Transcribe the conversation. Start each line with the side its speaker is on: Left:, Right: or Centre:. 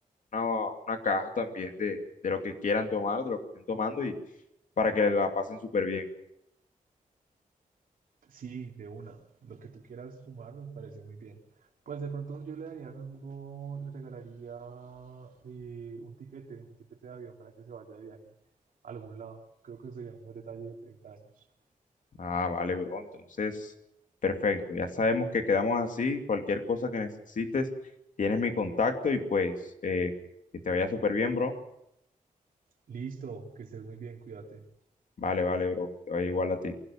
Left: una, una caja también de, de lo que quieran tomar, de lo que estén tomando y para que la pasen súper bien.
Right: Sí, de una. Lo que tú quieras sumar me parece muy bien. Pues de pronto yo le daría a mi amigo, le regalaría eh, un tiquete, un tiquete de avión para que se vaya de viaje a algún lado. Creo que sería un buen detalle de 30 años.
Left: Ah, vale, bro. Entonces, perfecto. Ya sabemos que quedamos así. Cualquier cosa que necesites, tienes mi contacto y pues eh, que te vaya súper bien, bro.
Right: Listo, que estés muy bien, cuídate.
Left: Vale, vale, bro. Que Te vaya igual a ti.